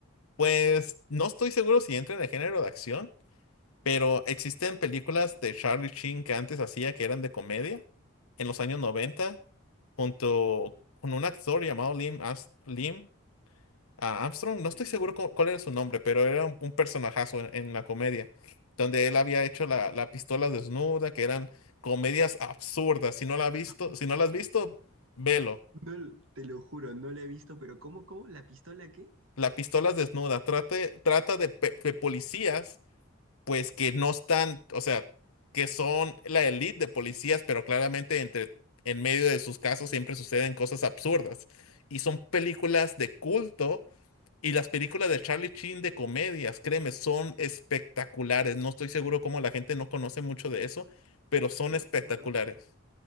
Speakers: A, on the left (about 85°); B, on the right (about 70°).
A: Pues no estoy seguro si entra en el género de acción, pero existen películas de Charlie Sheen que antes hacía que eran de comedia en los años 90 junto con un actor llamado Lim, As- Lim a Armstrong, no
B: Mm,
A: estoy seguro cu- cuál era su nombre, pero era un, un personajazo en, en la comedia, donde él había hecho la, la pistola desnuda, que eran comedias absurdas. Si no la has visto,
B: <laughs>
A: si no la has visto, velo.
B: No, te lo juro, no la he visto, pero ¿cómo, cómo? ¿La pistola qué?
A: La pistola desnuda trate, trata de, pe- de policías, pues que no están, o sea, que son la elite de policías, pero claramente entre, en medio de sus casos siempre suceden cosas absurdas. Y son películas de culto Y las películas de Charlie Sheen de comedias, créeme, son espectaculares. No estoy seguro cómo la gente no conoce mucho de eso, pero son
B: Te
A: espectaculares.
B: lo juro, no conozco.